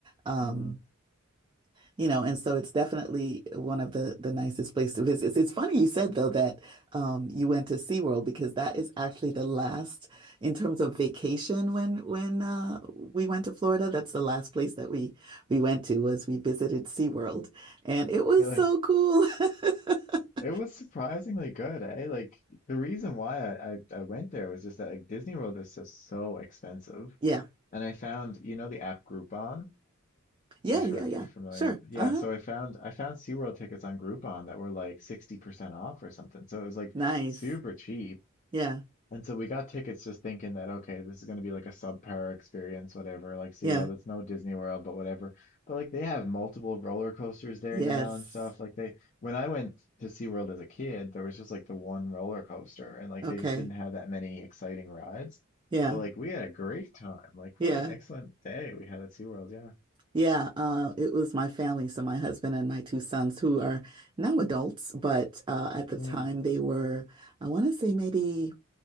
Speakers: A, on the right (about 25°); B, on the left (about 35°).
A: um
B: mm.
A: you know, and so it's definitely one of the the nicest place to visit. It's funny you said though that um, you went to SeaWorld because that is actually the last in terms of vacation when when uh, we went to Florida. That's the last place that we we went to was we visited SeaWorld, and it was
B: Really,
A: so cool. <laughs>
B: it was surprisingly good, eh? Like the reason why I, I, I went there was just that like Disney World is just so expensive.
A: Yeah,
B: And I found, you know, the app Groupon.
A: yeah,
B: I'm Not sure
A: yeah,
B: if
A: yeah.
B: you're familiar
A: Sure.
B: with. Yeah,
A: Uh-huh.
B: so I found I found SeaWorld tickets on Groupon that were like 60% off or something. So it was like
A: Nice.
B: super cheap.
A: Yeah,
B: And so we got tickets just thinking that okay, this is going to be like a subpar experience whatever, like SeaWorld,
A: yeah.
B: it's no Disney World but whatever. But like they have multiple roller coasters there
A: Yes.
B: now and stuff. Like they when I went to SeaWorld as a kid, there was just like the one roller coaster and like
A: Okay.
B: they just didn't have that many exciting rides.
A: Yeah,
B: But like we had a great time. Like
A: yeah.
B: what an excellent day we had at SeaWorld, yeah.
A: Yeah, uh, it was my family, so my husband and my two sons, who are now adults, but uh, at the
B: Hmm.
A: time they were, I want to say maybe